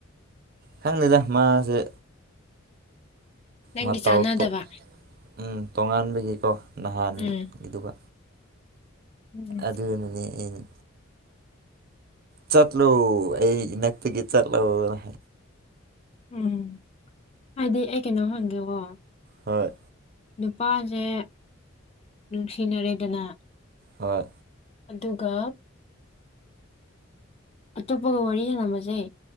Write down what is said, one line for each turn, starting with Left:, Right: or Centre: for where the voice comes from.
Right: ꯈꯪꯗꯦꯗ ꯃꯥꯁꯦ
Left: ꯅꯪꯒꯤ
Right: ꯃꯇꯧ
Left: ꯆꯥꯅꯥꯗꯕ
Right: ꯇꯣꯛ ꯎꯝ ꯇꯣꯉꯥꯟꯕꯒꯤꯀꯣ ꯅꯍꯥꯟꯒꯤꯗꯨꯒ
Left: ꯎꯝ ꯎꯝ
Right: ꯑꯗꯨꯗꯅꯤꯅꯦ ꯑꯩꯅ ꯆꯠꯂꯨ ꯑꯩ ꯏꯅꯛꯇꯒꯤ ꯆꯠꯂꯨꯅ
Left: ꯎꯝ ꯍꯥꯏꯗꯤ ꯑꯩ ꯀꯩꯅꯣ ꯍꯪꯒꯦꯕꯣ
Right: ꯍꯣꯏ
Left: ꯅꯨꯄꯥꯁꯦ ꯅꯨꯡꯁꯤꯅꯔꯦꯗꯅ
Right: ꯍꯣꯏ
Left: ꯑꯗꯨꯒ ꯑꯇꯣꯞꯄꯒ ꯋꯥꯔꯤ ꯁꯥꯟꯅꯝꯃꯁꯦ